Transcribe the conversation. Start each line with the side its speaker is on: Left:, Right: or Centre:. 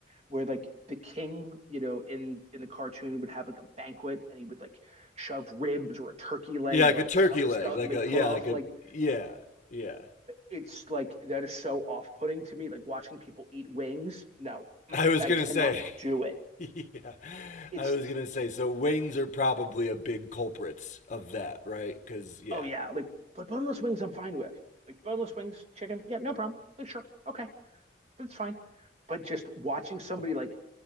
Right: where like the king, you know, in in the cartoon would have like a banquet and he would like shove ribs or a turkey leg
Left: Yeah, like
Right: like
Left: a turkey
Right: down his
Left: leg,
Right: skull
Left: like
Right: and like
Left: a
Right: put
Left: yeah,
Right: off
Left: like a
Right: like
Left: yeah, yeah.
Right: it's like that is so off-putting to me. Like watching people eat wings. No,
Left: I was
Right: I
Left: gonna
Right: cannot
Left: say,
Right: do it.
Left: <laughs> yeah,
Right: It's
Left: I was gonna say. So wings are probably a big culprits of that, right? Because yeah,
Right: Oh yeah, like but boneless wings I'm fine with. Like boneless wings, chicken, yeah, no problem. Like sure, okay, that's fine. But just watching somebody like